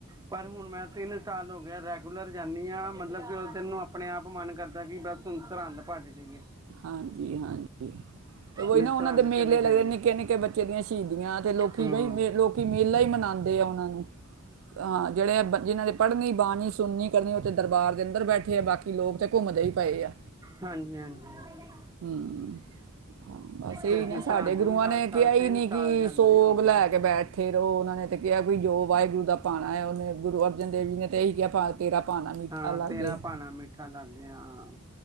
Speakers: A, on the right; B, on the right.
A: ਪਰ ਹੁਣ ਮੈਂ ਤੇ ਇਹ ਸਾਲ ਹੋ ਗਿਆ ਰੈਗੂਲਰ ਜਾਂਦੀ ਹਾਂ, ਮਤਲਬ ਕਿ ਉਸ ਦਿਨ ਨੂੰ ਆਪਣੇ ਆਪ ਮਨ ਕਰਦਾ ਕਿ ਬਸ ਸਰਹੰਦ ਭੱਜ ਜਾਈਏ।
B: ਹਾਂਜੀ, ਹਾਂਜੀ ਤੇ ਉਹੀ
A: ਵੀ
B: ਨਾ
A: ਸਰਹੰਦ
B: ਉਹਨਾਂ ਦੇ ਮੇਲੇ
A: ਚਲੇ ਜਾਈਏ
B: ਲੱਗਦੇ, ਨਿੱਕੇ ਨਿੱਕੇ ਬੱਚੇ ਦੀਆਂ ਸ਼ਹੀਦੀਆਂ, ਤੇ ਲੋਕੀ
A: ਹੂੰ
B: ਬਈ ਲੋਕ ਮੇਲਾ ਹੀ ਮਨਾਉਂਦੇ ਆ ਉਹਨਾਂ ਨੂੰ। ਹਾਂ, ਜਿਹੜੇ ਜਿਹਨਾਂ ਨੇ ਪੜ੍ਹਨੀ ਬਾਣੀ ਸੁਣਨੀ ਕਦੇ ਉਹ ਤੇ ਦਰਬਾਰ ਦੇ ਅੰਦਰ ਬੈਠੇ ਆ, ਬਾਕੀ ਲੋਕ ਤੇ ਘੁੰਮਦੇ ਹੀ ਪਏ ਆ।
A: ਹਾਂਜੀ, ਹਾਂਜੀ। ਹਾਂਜੀ।
B: ਹੂੰ, ਬਸ ਇਹੀ
A: ਤੇ ਅਸੀਂ
B: ਨਾ ਸਾਡੇ
A: ਸਰਹੰਦ
B: ਗੁਰੂਆਂ
A: ਵੀ ਹਰ
B: ਨੇ
A: ਸਾਲ
B: ਕਿਹਾ ਹੀ
A: ਤਿੰਨ
B: ਨੀ
A: ਸਾਲ
B: ਕਿ
A: ਜਾਂਦੀ
B: ਸੋਗ
A: ਹੋ ਗਏ
B: ਲੈ
A: ਆ
B: ਕੇ ਬੈਠੇ ਰਹੋ, ਉਹਨਾ ਨੇ ਤੇ ਕਿਹਾ ਵੀ ਜੋ ਵਾਹਿਗੁਰੂ ਦਾ ਭਾਣਾ ਹੈ, ਉਹਨੇ ਗੁਰੂ ਦੇਵੀ ਨੇ ਇਹੀ ਕਿਹਾ ਪਾ ਤੇਰਾ ਪਾਣਾ ਮਿੱਠਾ
A: ਹਾਂ,
B: ਲਾਗੇ
A: ਤੇਰਾ ਭਾਣਾ ਮਿੱਠਾ ਲਾਗੈ, ਹਾਂ।